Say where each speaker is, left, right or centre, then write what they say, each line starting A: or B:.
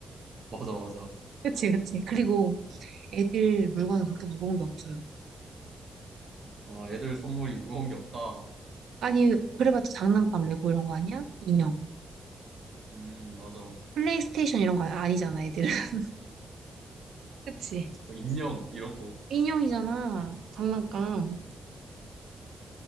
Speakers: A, on the right; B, on the right.
A: 맞아, 맞아.
B: 그치 그치. 그리고 애들 물건은 그렇게 무거운 게 없어요.
A: 아, 애들 선물이 무거운 게 없다.
B: 아니 그래봤자 장난감 레고 이런 거 아니야? 인형.
A: 음, 맞아. 뭐
B: 플레이스테이션 이런 거 아- 아니잖아 애들은. <laughs> 그치?
A: 인형, 이런 거.
B: 인형이잖아. 장난감.